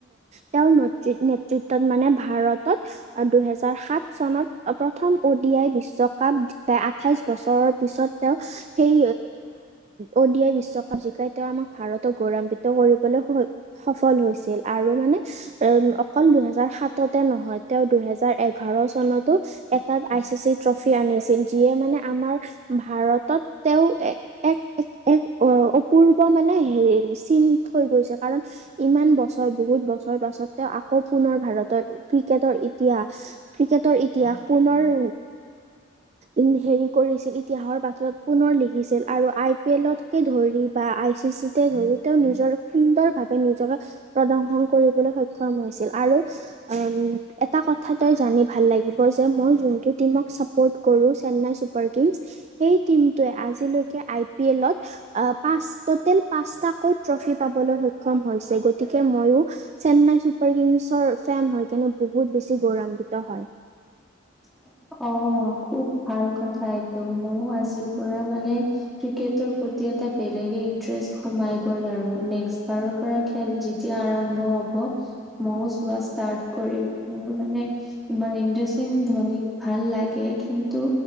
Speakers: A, on the right (about 35°); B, in the centre.
A: তেওঁৰ নেতৃত্বত মানে ভাৰতত দুহেজাৰ সাত চনত প্ৰথম অ ডি আই বিশ্বকাপ যাই আঠাইছ বছৰৰ পিছত তেওঁ সেই অ ডি আই বিশ্বকাপ জিকাই তেওঁ আমাক ভাৰতক গৌৰৱিত কৰিবলৈ সফল হৈছিল আৰু মানে উম অকল দুহেজাৰ সাতত নহয়, তেওঁ দুহেজাৰ এঘাৰ চনতো এটাত আই চি চি ট্ৰফি আনিছিল যিয়ে মানে আমাৰ ভাৰতত তেওঁ এক এক অপ মানে হে চিন থৈ গৈছে কাৰণ ইমান বছৰ বহুত বছৰ পাছত তেওঁ আকৌ পুনৰ ভাৰতৰ ক্ৰিকেটৰ ইতিহাস ক্ৰিকেটৰ ইতিহাস পুনৰ উ হেৰি কৰিছিল ইতিহাসৰ পথত পুনৰ লিখিছিল আৰু আই পি এলতকে ধৰি বা আই চি চিতে ধৰি তেওঁ নিজৰ সুন্দৰভাৱে নিজকে প্ৰদৰ্শন কৰিবলৈ সক্ষম হৈছিল আৰু উ এটা কথা তই জানি ভাল লাগিব যে মই যোনটো টিমক ছাপৰ্ট কৰো চেন্নাই ছুপাৰ কিংছ সেই টিমটোৱে আজিলৈকে আই পি এলত পাঁচ পটেল পাঁচটাকৈ পাবলৈ সক্ষম হৈছে গতিকে মইও চেন্নাই চুপাৰ কিংছৰ ফেন হয় কেনে বহুত বহুত বেছি গৌৰৱান্বিত হয়।
B: <inaudible> অ খুব ভাল কথা এটো মইয়ো আজিৰ পৰা মানে ক্ৰিকেটৰ প্ৰতি এটা বেলেগে ইণ্টাৰেষ্ট সোমাই গল আৰু নেক্স বাৰৰ পৰা খেল এতিয়া আৰম্ভ হব ময়ো চোৱা ষ্টাৰ্ট কৰিম মোৰ মানে মহেন্দ্ৰ সিং ধোনিক ভাল লাগে কিন্তু